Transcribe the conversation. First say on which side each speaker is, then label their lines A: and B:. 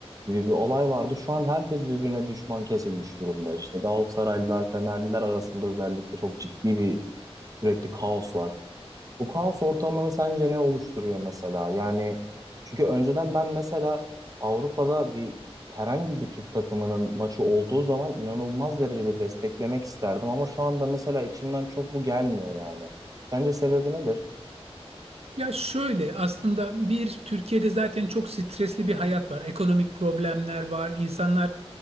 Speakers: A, on the right; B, on the right.
A: gibi bir olay vardı. Şu an herkes birbirine düşman kesilmiş durumda. İşte Galatasaraylılar, Fenerliler arasında özellikle çok ciddi bir sürekli kaos var. Bu kaos ortamını sence ne oluşturuyor mesela? Yani çünkü önceden ben mesela Avrupa'da bir herhangi bir Türk takımının maçı olduğu zaman inanılmaz derecede desteklemek isterdim ama şu anda mesela içimden çok bu gelmiyor yani. Sence sebebi nedir?
B: Ya şöyle aslında bir Türkiye'de zaten çok stresli bir hayat var. Ekonomik problemler var. İnsanlar